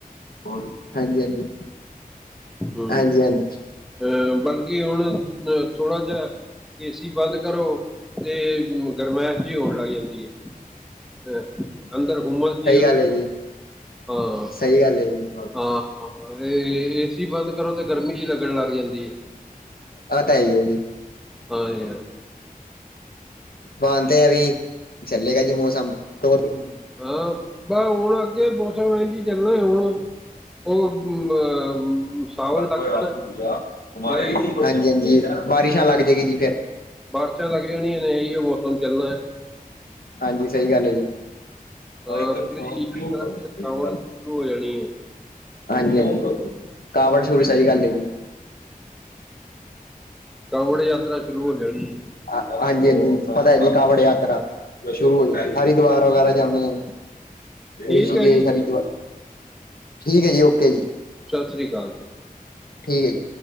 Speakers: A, on the left (about 85°); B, in the centre.
A: ਹੋਰ ਹਾਂਜੀ, ਹਾਂਜੀ!
B: ਹੂ
A: ਹਾਂਜੀ ਹਾਂਜੀ
B: ਅਹ, ਬਲ ਕਿ ਹੁਣ ਆ, ਥੋੜਾ ਜਿਹਾ! ਏ ਸੀ ਬੰਦ ਕਰੋ, ਤੇ ਗਰਮਾਇਸ਼ ਜਿਹੀ ਹੋਣ ਲੱਗ ਜਾਂਦੀ ਹੈ। ਹਾਂ, ਅੰਦਰ ਹੁੰਮਸ ਜੀ ਉਹ।
A: ਇਹ ਲੋ ਜੀ।
B: ਹਾਂ----ਹਾਂ।
A: ਸਹੀ ਗੱਲ ਹੈ ਜੀ
B: ਹਾਂ, ਇਹ ਏਸੀ ਬੰਦ ਕਰੋ ਤੇ ਗਰਮੀ ਜੀ ਲੱਗਣ ਲੱਗ ਜਾਂਦੀ ਹੈ।
A: ਇਹ ਤਾਂ ਹੈਂ ਹੀ ਹੈ ਜੀ।
B: ਹਾਂ ਜੀ ਹਾਂ।
A: ਬਣ ਤੇ ਐਵੀਂ ਚੱਲੇਗਾ ਜੀ ਮੌਸਮ ਟੋਪਿਕ।
B: ਹਾਂ, ਬਸ ਹੁਣ ਅੱਗੇ ਮੌਸਮ ਇੰਝ ਹੀ ਚੱਲਣਾ ਹੁਣ। ਉਹ ਅ ਸਾਵਣ ਲੱਗ,
A: ਹੋਰ ਹਾਂਜੀ
B: ਜਾਣਾ ਬਾਈ।
A: ਹਾਂਜੀ ਬਾਰਿਸ਼ਾਂ ਲੱਗ ਜਾਏਗੀ ਜੀ ਫੇਰ।
B: ਬਾਰਿਸ਼ਾਂ ਲੱਗ ਜਾਣੀਆਂ ਨੇ ਇਹੀੳ ਹੀ ਮੌਸਮ ਚੱਲਣਾ ਹੈ।
A: ਹਾਂਜੀ ਸਹੀ ਗੱਲ ਹੈ ਜੀ।
B: ਹਾਂ
A: ਮਾਈਕਲ
B: ਫਿਰ
A: ਕਨਫੋਰਮ
B: ਇਹੀ ਯਾਤਰਾ
A: ਕਿਉਂ ਭਰਦੇ
B: ਕਾਂਵੜ
A: ਮਾਈਕਲ।
B: ਸ਼ੁਰੂ ਹੋ ਜਾਣੀ ਹੈ
A: ਹਾਂਜੀ-ਹਾਂਜੀ, ਕਾਵੜ ਸ਼ੁਰ ਸਹੀ ਗੱਲ ਹੈ ਜੀ।
B: ਕਾਵੜ ਯਾਤਰਾ ਸ਼ੁਰੂ ਹੋਣ ਵਾਲੀ ਹੈ।
A: ਹਾਂਜੀ, ਹਾਂਜੀ ਪਤਾ ਹੈ ਜੀ ਕਾਵੜ ਯਾਤਰਾ ਸ਼ੁਰੂ ਹੋ, ਜਾਂ ਹਰਿਦੁਵਾਰ ਵਗੈਰਾ ਜਾਂਦੇ ਆ!
B: ਠੀਕ
A: ਰਿਸ਼ਕੇਸ਼,
B: ਹੈ ਜੀ
A: ਹਰਿਦੁਵਾਰ ਠੀਕ ਹੈ! ਜੀ ਓਕੇ ਜੀ।
B: ਸਤਿ ਸ਼੍ਰੀ ਅਕਾਲ ਜੀ।
A: ਠੀਕ ਜੀ।